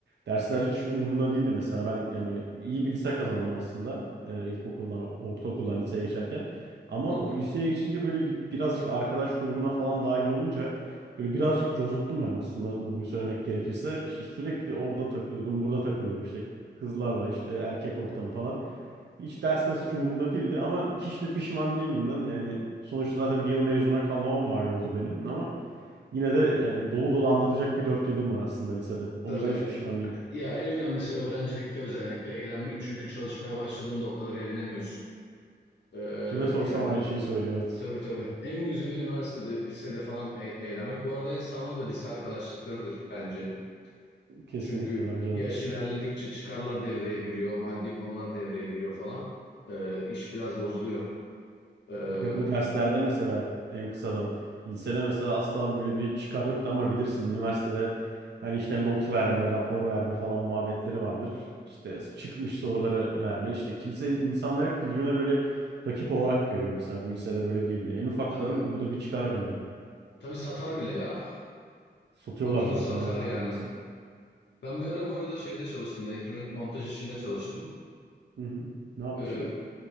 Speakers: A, on the right; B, on the left.
A: dersler hiç umurumda değildi mesela. Ben yani iyi bir lise kazandım aslında. Ee, ilkokuldan, ortaokuldan liseye geçerken. Ama
B: Hı hı.
A: o liseye geçince böyle bir, birazcık arkadaş grubuna falan dahil olunca böyle birazcık cozuttum ben aslında doğruyu söylemek gerekirse. İşte sürekli orada takılıyordum, burada takılıyordum. İşte kızlarla işte erkek ortamı falan. Hiç ders mes hiç umurumda değildi ama hiç de pişman değilim inan. Yani sonuçta zaten bir yıl mezuna kalmama mal oldu benim ama yine de yani dolu dolu anlatacak bir dört yılım var aslında lisede. O
B: Tabii.
A: yüzden hiç pişman değilim.
B: Ya en önemlisi öğrencilikte özellikle eğlenmek. Çünkü çalışmaya başladığında o kadar eğlenemiyorsun. Ee,
A: Kime sorsam
B: yani
A: aynı şeyi söylüyor. Evet.
B: tabii tabii. En güzeli üniversitede, lisede falan e- eğlenmek. Bu arada en sağlamı da lise arkadaşlıklarıdır bence.
A: Kesinlikle
B: Çünkü
A: bence
B: yaş
A: de.
B: ilerledikçe çıkarlar devreye giriyor, maddi konular devreye giriyor falan. Ee, iş biraz bozuluyor. Ee,
A: Ya bu derslerde mesela en kısadan lisede mesela asla böyle bir çıkar yoktu ama bilirsin üniversitede hani işte not verme, rapor verme falan muhabbetleri vardır. İşte çıkmış soruları verme. İşte kimse insanlar hep birbirine böyle rakip olarak görüyor mesela bu lisede böyle değildi. En ufaktan
B: tabii.
A: bu da bir çıkar bence.
B: Tabii satar bile ya.
A: Satıyorlar
B: Notunuz
A: zaten
B: satar
A: evet
B: yani.
A: maalesef.
B: Ben bir ara bu arada şeyde çalıştım. Elektronik montaj işinde çalıştım.
A: Hı hı. Ne yapmıştın?
B: Ee,